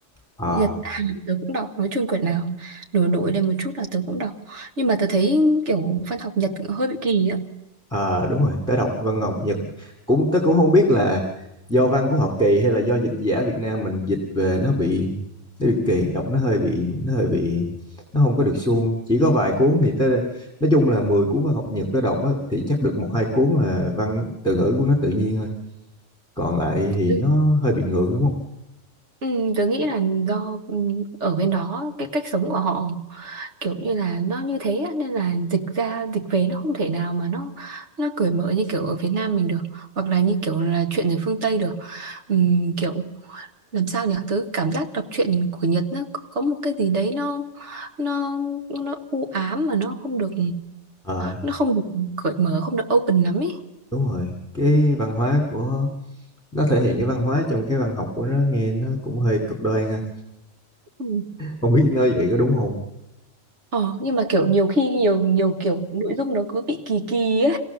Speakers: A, in the centre; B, on the right (about 70°).
A: Ờ,
B: Nhật Hàn tớ cũng đọc nói chung quyển nào nổi nổi lên một chút là tớ cũng đọc nhưng mà tớ thấy kiểu văn học Nhật hơi bị kỳ á
A: ờ, đúng rồi, tớ đọc văn học Nhật cũng tớ cũng không biết là do văn của họ kỳ hay là do dịch giả Việt Nam mình dịch về nó bị nó bị kỳ, đọc nó hơi bị nó hơi bị nó không có được suông. Chỉ có vài cuốn thì tớ nói chung là 10 cuốn văn học Nhật tớ đọc á, thì chắc được một hai cuốn là văn từ ngữ của nó tự nhiên thôi còn lại thì
B: Ừm,
A: nó hơi bị ngược đúng không
B: Ừ, tớ nghĩ là do ừ, ở bên đó cái cách sống của họ kiểu như là nó như thế á, nên là dịch ra dịch về nó không thể nào mà nó nó cởi mở như kiểu ở Việt Nam mình được hoặc là như kiểu là chuyện ở phương Tây được Ừm, kiểu làm sao nhỉ tớ cảm giác đọc truyện của Nhật nó có có một cái gì đấy nó nó nó u ám mà nó không được
A: ờ
B: nó không được cởi mở không được open lắm ấy
A: đúng rồi cái văn hóa của nó thể hiện cái văn hóa trong cái văn học của nó nghe nó cũng hơi cực đoan ha
B: Ừ.
A: không biết nơi vậy có đúng không
B: Ờ, nhưng mà kiểu nhiều khi nhiều nhiều kiểu nội dung nó cứ bị kỳ kỳ ấy